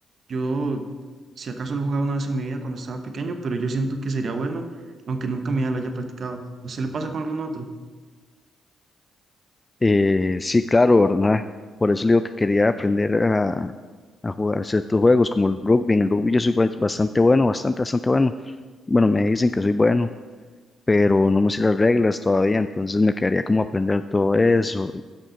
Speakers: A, on the right; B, on the left.
A: Yo, si acaso lo jugaba una vez en mi vida cuando estaba pequeño, pero yo siento que sería bueno, aunque nunca en mi vida lo haya practicado. ¿A ¿Usted le pasa con algún otro?
B: Eh, sí, claro, ¿verdad? Por eso le digo que quería aprender a, a jugar ciertos juegos como el rugby. En el rugby yo soy bas- bastante bueno, bastante, bastante bueno. Bueno, me dicen que soy bueno, pero no me sé las reglas todavía, entonces me quedaría como aprender todo eso